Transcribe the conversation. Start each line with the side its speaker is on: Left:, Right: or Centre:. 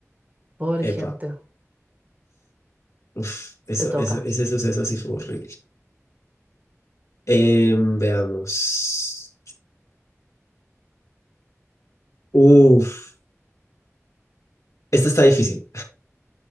Right: Pobre gente.
Left: Epa, uf, eso,
Right: Te toca.
Left: eso, ese suceso sí fue horrible. Em, veamos. Uf, esta está difícil.